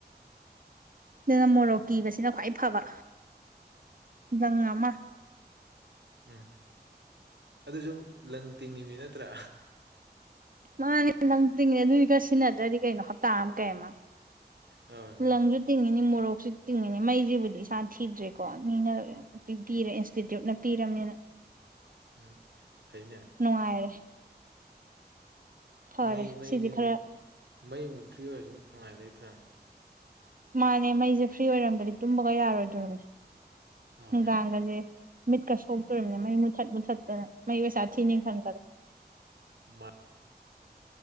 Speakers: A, on the right; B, on the right.
A: ꯑꯗꯨꯅ ꯃꯣꯔꯣꯛ ꯀꯤꯕꯁꯤꯅ ꯈ꯭ꯋꯥꯏ ꯐꯕ ꯒꯪ ꯑꯃ
B: ꯎꯝ ꯑꯗꯨꯁꯨ ꯂꯪ ꯇꯤꯡꯉꯤꯃꯤ ꯅꯠꯇ꯭ꯔꯥ
A: ꯃꯥꯅꯦ ꯅꯪ ꯇꯤꯡꯅꯦ ꯑꯗꯨꯏꯒ ꯁꯤꯖꯤꯟꯅꯗ꯭ꯔꯗꯤ ꯀꯩꯅꯣ ꯍꯞꯇꯥ ꯑꯃ ꯀꯩ ꯑꯃ
B: ꯍꯣꯏ
A: ꯂꯪꯁꯨ ꯇꯤꯡꯉꯤꯅꯤ ꯃꯣꯔꯣꯛꯁꯨ ꯇꯤꯡꯉꯤꯅꯤ ꯃꯩꯁꯤꯕꯨꯗꯤ ꯏꯁꯥ ꯊꯤꯗ꯭ꯔꯦꯀꯣ ꯃꯤꯅ ꯄꯤ ꯄꯔꯦ ꯏꯟꯁꯇꯤꯇ꯭ꯌꯨꯠꯅ ꯄꯤꯔꯕꯅꯤꯅ
B: ꯎꯝ ꯐꯩꯅꯦ
A: ꯅꯨꯡꯉꯥꯏꯔꯦ ꯐꯔꯦ
B: ꯃꯩ ꯃꯩꯁꯤ
A: ꯁꯤꯗꯤ ꯈꯔ
B: ꯃꯩꯃꯨꯛ ꯐ꯭ꯔꯤ ꯑꯣꯏꯔꯁꯨ ꯅꯨꯡꯉꯥꯏ ꯂꯩꯇ꯭ꯔꯥ
A: ꯃꯥꯅꯦ ꯃꯩꯁꯦ ꯐ꯭ꯔꯤ ꯑꯣꯏꯔꯝꯗꯗꯤ ꯇꯨꯝꯕꯒ ꯌꯥꯔꯣꯏꯗꯔ
B: ꯑ
A: ꯅꯨꯡꯗꯥꯡꯒꯁꯦ ꯃꯤꯠꯀ ꯁꯣꯛꯇꯣꯔꯤꯕꯅꯤ ꯃꯩ ꯃꯨꯊꯠ ꯃꯨꯊꯠꯇꯅ ꯃꯩ ꯄꯩꯁꯥꯊꯤꯅꯤ ꯈꯟꯕꯗ
B: ꯃꯥ